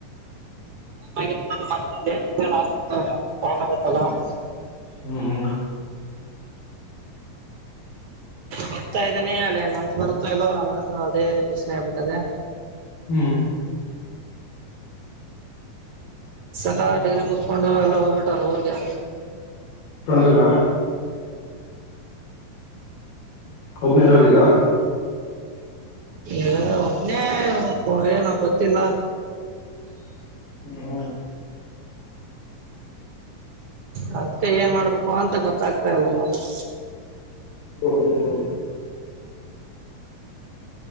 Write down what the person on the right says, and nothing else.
<inaudible>
ಹೋಗ್ತಾ ಇದ್ದನಿ ಅಲ್ಲಿ ಮನ್ಸ್ ಬರುತ್ತೋ ಇಲ್ಲೋ ನನ್ಗಂತು ಅದೇ ಯೋಚನೆ ಆಗ್ಬಿಟ್ಟದೆ
ಸಲ ಡಿಗ್ರಿ ಮುತ್ಕೊಂಡು ಎಲ್ಲ ಹೋಗ್ಬಿಟ್ ಅವ್ರೆ ಊರಿಗೆ
ಎ ಒಬ್ನೆ ಏನು ಗೊತ್ತಿಲ್ವ
ಮತ್ತೆ ಏನ್ ಮಾಡ್ಬೇಕು ಅಂತ ಗೊತ್ ಗೊತ್ತಾಗ್ತಾ ಇಲ್ಲ ನನಗೆ